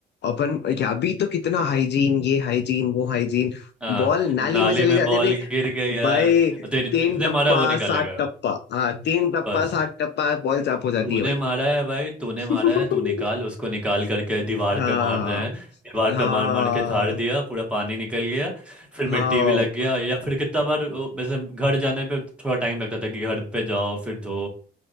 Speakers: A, on the left; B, in the centre.
A: अपन क्या अभी तो कितना हाइजीन ये हाइजीन वो हाइजीन
B: हाँ
A: बॉल नाली
B: नाली
A: में चले
B: में
A: जाते
B: बॉल
A: थे
B: गिर गई यार
A: भाई
B: तेरे जितने
A: तीन टप्पा
B: मारा है वो निकालेगा
A: सात टप्पा हाँ तीन टप्पा
B: बस
A: सात टप्पा बॉल चाप हो जाती
B: तूने
A: है भाई
B: मारा है भाई तूने
A: <laughs>
B: मारा है तू निकाल उसको निकाल करके दीवार
A: हाँ
B: पे मार रहे हैं दीवार
A: हाँ
B: पे मार मार के झाड़ दिया पूरा पानी निकल गया फिर
A: हाँ
B: मिट्टी भी लग गया या फिर कितना बार वो, वैसे घर जाने पे थोड़ा टाइम लगता था कि घर पे जाओ फिर धो